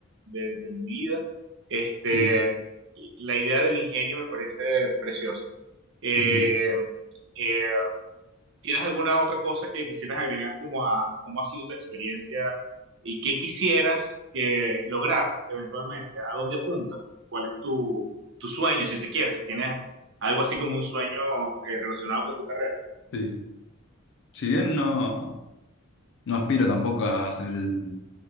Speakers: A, on the right; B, on the left.
A: de- de mi vida. Este,
B: sí,
A: la idea del ingenio me parece preciosa. Eh,
B: ujú,
A: eh, ¿tienes alguna otra cosa que quisieras agregar como a, a cómo ha sido tu experiencia y qué quisieras que lograr eventualmente? ¿A dónde apuntas? ¿Cuál es tu, tu sueño, si se quiere? Si tienes algo así como un sueño eh, relacionado con tu carrera.
B: sí. Si bien no, no aspiro tampoco a ser el